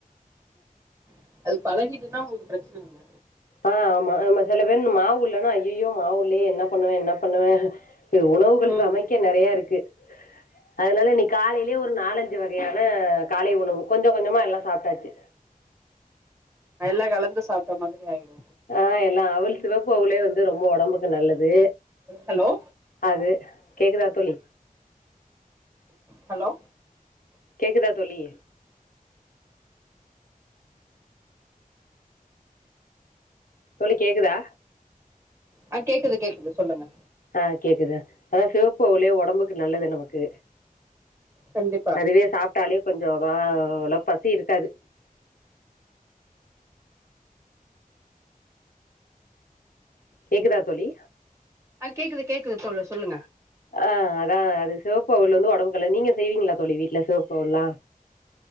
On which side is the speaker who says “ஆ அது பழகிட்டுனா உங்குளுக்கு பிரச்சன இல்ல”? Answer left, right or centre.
Right